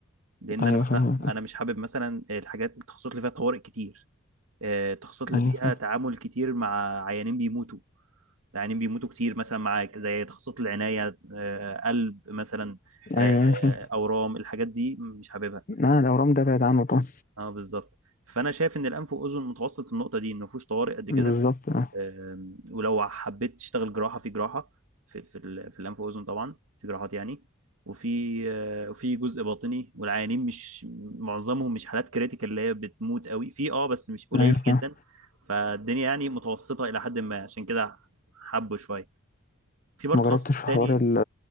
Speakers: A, on the right (about 85°); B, on the left (about 40°).
A: لان
B: أيوه
A: انا مثلا
B: فاهم
A: انا مش حابب مثلا الحاجات التخصصات اللي فيها طوارئ كتير آه، التخصصات اللي
B: أيوه
A: فيها
B: فاهم
A: تعامل كتير مع عيانين بيموتوا يعني بيموتوا كتير مثلا معاك زي تخصصات العناية آه، قلب مثلا آه،
B: أيوه أيوه فاهم
A: أورام الحاجات دي مش حاببها
B: لا الأورام ده بعيد عنه طبعا
A: اه بالظبط فأنا شايف إن الأنف وأذن متوسط في النقطة دي إن مفهوش طوارئ قد كده
B: بالظبط اه
A: آم، ولو حبيت تشتغل جراحة في جراحة في في, ال- في الأنف وأذن طبعا في جراحات يعني وفي آه، وفي جزء باطني والعيانين مش معظمهم مش حالات كريتيكال اللي هي بتموت قوي في اه بس مش قليل
B: أيوه فاهم
A: جدا فالدنيا يعني متوسطة إلى حد ما عشان كده حبوا شوية في برضه
B: ما
A: تخصص
B: جربتش في
A: تاني
B: حوار ال